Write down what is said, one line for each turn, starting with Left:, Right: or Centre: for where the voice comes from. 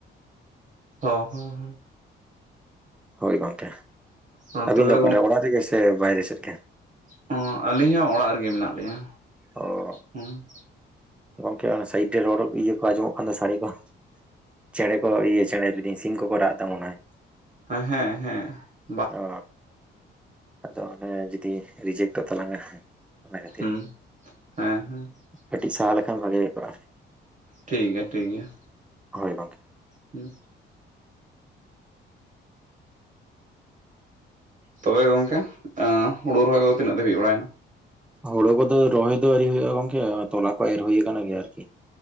Right: ᱦᱚ ᱦᱮᱸ ᱦᱮᱸ ᱾
Centre: ᱦᱳᱭ ᱜᱚᱢᱠᱮ ᱾
Right: ᱦᱚᱸ
Centre: ᱟᱹᱵᱤᱱ
Right: ᱛᱚᱵᱮ
Centre: ᱫᱚ ᱚᱠᱟᱨᱮ ᱚᱲᱟᱜ ᱨᱮᱜᱮ ᱥᱮ ᱵᱟᱭᱨᱮ ᱥᱮᱫ ᱨᱮᱜᱮ?
Right: ᱦᱚᱸ ᱟᱹᱞᱤᱧ ᱦᱚᱸ ᱚᱲᱟᱜ ᱨᱮᱜᱮ ᱢᱮᱱᱟᱜ ᱞᱤᱧᱟᱹ
Centre: ᱚ
Right: ᱦᱚᱸ ᱾
Centre: ᱜᱚᱝᱠᱮ ᱚᱱᱟ ᱥᱟᱭᱤᱰ ᱨᱮ ᱨᱚᱲ ᱤᱭᱟᱹ ᱠᱚ ᱟᱸᱡᱚᱢᱚᱜ ᱠᱟᱱ ᱥᱟᱰᱮ ᱠᱚ ᱾ ᱪᱮᱬᱮ ᱠᱚ ᱤᱭᱟᱹ ᱪᱮᱬᱮ ᱞᱟᱹᱭ ᱫᱤᱧ ᱥᱤᱢ ᱠᱚᱠᱚ ᱨᱟᱜ ᱫᱟ ᱢᱚᱱᱮ ᱦᱚᱭ ᱾
Right: ᱦᱟ ᱦᱮᱸ ᱦᱮᱸ ᱾
Centre: ᱚ ᱟᱫᱚ ᱚᱱᱮ ᱡᱩᱫᱤ ᱨᱤᱡᱮᱠᱴᱚᱜ ᱛᱟᱞᱟᱝᱟ ᱚᱱᱟ ᱠᱷᱟᱹᱛᱤᱨ
Right: ᱦᱩᱸ ᱦᱮᱸ ᱦᱮᱸ ᱾
Centre: ᱠᱟᱹᱴᱤᱡ ᱥᱟᱦᱟ ᱞᱮᱠᱷᱟᱱ ᱵᱷᱟᱜᱮ ᱦᱩᱭ ᱠᱚᱼᱟ
Right: ᱴᱷᱤᱠ ᱜᱮᱭᱟ ᱴᱷᱤᱠ ᱜᱮᱭᱟ।
Centre: ᱦᱳᱭ ᱜᱚᱝᱠᱮ।
Right: ᱦᱩᱸ ᱛᱚᱵᱮ ᱜᱚᱝᱠᱮ ᱮᱸ ᱦᱩᱲᱩ ᱨᱚᱦᱚᱭ ᱠᱚᱫᱚ ᱛᱤᱱᱟᱹᱜ ᱫᱷᱟᱹᱵᱤᱡ ᱵᱟᱲᱟᱭᱱᱟ?
Centre: ᱦᱳᱲᱳ ᱠᱚᱫᱚ ᱨᱚᱦᱚᱭ ᱫᱚ ᱟᱣᱨᱤ ᱦᱩᱭᱩᱜᱼᱟ ᱜᱚᱝᱠᱮ ᱛᱚᱞᱟ ᱠᱚ ᱮᱨ ᱦᱩᱭ ᱟᱠᱟᱱ ᱜᱮᱭᱟ ᱟᱨᱠᱤ।